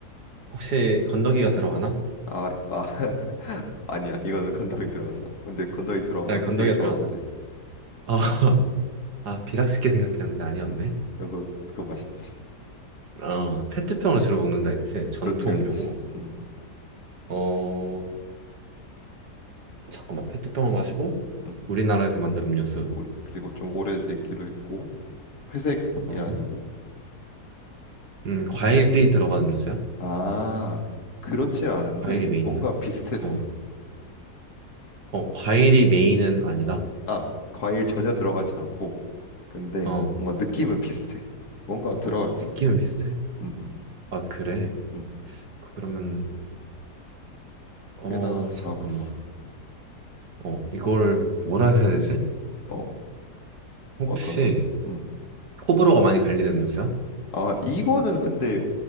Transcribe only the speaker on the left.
아, 아. <laughs> 아니야. 이거는 건더기 들어가잖아. 근데 건더기 들어가
나 그거
되게 좋아하는데.
음. 나 그거 그거 맛있지.
그렇지, 그렇지.
음.
음.
오- 그리고 좀 오래됐기로 했고 회색이
아니고
아 그렇진 않은데
뭔가 비슷했어.
어.
아 과일 전혀 들어가지 않고 근데
뭔가 느낌은 비슷해. 뭔가 들어가지.
음, 음,
음.
꽤나 잘하고
있어.
어
어떤 걸? 음.
아 이거는 근데